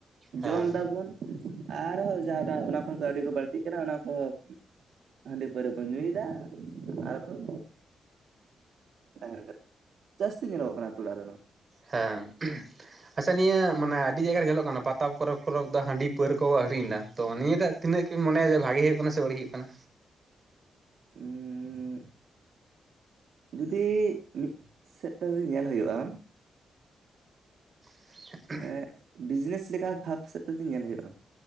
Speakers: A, on the right (about 40°); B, on the right (about 75°).
A: ᱦᱮᱸ
B: ᱡᱚᱢ ᱫᱟᱵᱚᱱ ᱟᱨᱦᱚᱸ ᱡᱟᱦᱟᱸ ᱴᱟᱜ ᱚᱱᱟ ᱠᱷᱚᱱ ᱠᱟᱹᱣᱰᱤ ᱠᱚ ᱵᱟᱹᱲᱛᱤᱜ ᱠᱟᱱᱟ ᱚᱱᱟ ᱠᱚᱦᱚ‍᱾ ᱦᱟ‍ᱸᱰᱤ ᱯᱟᱹᱣᱨᱟᱹ ᱵᱚᱱ ᱧᱩᱭᱮᱫᱟ ᱟᱨ ᱵᱚᱱ᱾ ᱛᱟᱦᱮᱱ ᱠᱟᱱᱟ ᱡᱟᱹᱥᱛᱤ ᱧᱮᱞᱚᱜ ᱠᱟᱱᱟᱛᱚ ᱚᱲᱟᱜ ᱨᱮ ᱚᱱᱟᱠᱚ᱾
A: ᱦᱮᱸ ᱟᱪᱪᱷᱟ ᱱᱤᱭᱟᱹ ᱢᱟᱱᱮ ᱟᱹᱰᱤ ᱡᱟᱭᱜᱟ ᱨᱮ ᱧᱮᱞᱚᱜ ᱠᱟᱱᱟ ᱯᱟᱛᱟ᱾ ᱯᱟᱛᱟ ᱯᱚᱨᱚᱵᱽ ᱯᱚᱨᱚᱵᱽ ᱫᱚ ᱦᱟᱺᱰᱤ ᱯᱟᱹᱣᱟᱹ ᱠᱚᱠᱚ ᱟᱹᱠᱷᱨᱤᱧᱮᱫᱟ ᱛᱚ ᱱᱤᱣᱟᱹ ᱫᱟᱜ ᱛᱤᱱᱟᱹᱜ ᱜᱮ ᱢᱚᱱᱮ ᱡᱮ ᱵᱷᱟᱜᱮ ᱦᱩᱭᱩᱜ ᱠᱟᱱᱟ ᱥᱮ ᱵᱟᱹᱲᱤᱡ ᱦᱩᱭᱩᱜ ᱠᱟᱱᱟ
B: ᱩᱸᱻ ᱡᱩᱫᱤ ᱢᱤᱫ ᱥᱮᱫ ᱛᱮ ᱡᱩᱫᱤ ᱧᱮᱞ ᱦᱩᱭᱩᱜᱼᱟ᱾
A: <unintelligible>
B: ᱮᱸ ᱵᱤᱡᱽᱱᱮᱥ ᱞᱮᱠᱟ ᱵᱷᱟᱵᱽ ᱥᱮᱫ ᱛᱮᱫᱚ ᱧᱮᱞ ᱦᱩᱭᱩᱜᱼᱟ